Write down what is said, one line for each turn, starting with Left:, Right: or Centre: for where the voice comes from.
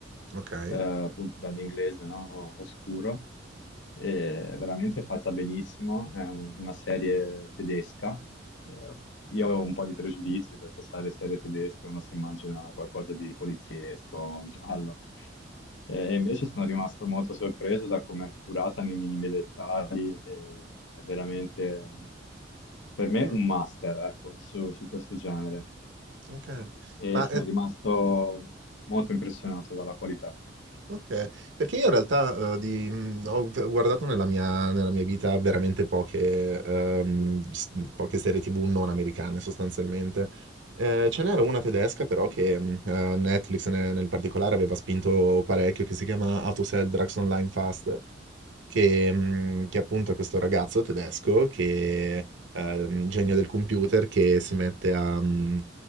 Right: Okay.
Left: eh, appunto dall'inglese, no? O- Oscuro. È veramente fatta benissimo, è un- una serie tedesca. Eh, Io avevo un po' di pregiudizi perché, sai, le serie tedesche uno si immagina qualcosa di poliziesco, giallo. Eh, E invece sono rimasto molto sorpreso da come è curata nei minimi dettagli. e È veramente, per me,
Right: Mh,
Left: un master, ecco, su, su questo genere.
Right: okay.
Left: E
Right: Ma,
Left: sono
Right: ehm
Left: rimasto molto impressionato dalla qualità.
Right: Okay. Perché io in realtà, uhm, di mhmm, ho v guardato nella mia nella mia vita veramente poche uhm, s mhmm, poche serie TV non americane sostanzialmente. Ehm, ce n'era una tedesca però che, mhmm, uhm, Netflix ne nel particolare aveva spinto parecchio, che si chiama How to Sell Drugs Online Fast che, mhmm, che appunto è questo ragazzo tedesco che ehm, genio del computer che si mette a mhmm,